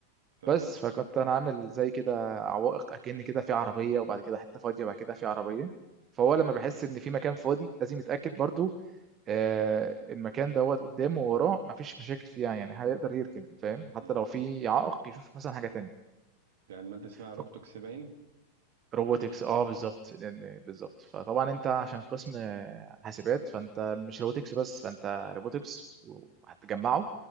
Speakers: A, on the right; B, on the right.
A: تمام
B: بس فكنت انا عامل زي كده عوائق اكن كده في عربيه وبعد كده حته فاضيه بعد كده في عربيه فهو لما بحس ان في مكان فاضي لازم يتاكد برضو آه المكان دوت قدامه ووراه مفيش مشاكل فيها يعني هيقدر يركن فاهم حتى
A: مم.
B: لو في عائق يشوف مثلا حاجه تانية
A: ده الماده اسمها روبتوكس
B: ف-
A: باين
B: روبوتكس اه بالظبط يعني بالظبط فطبعا انت عشان
A: آه.
B: قسم آه، حاسبات فانت مش روبوتكس بس فانت روبوتكس وهتجمعه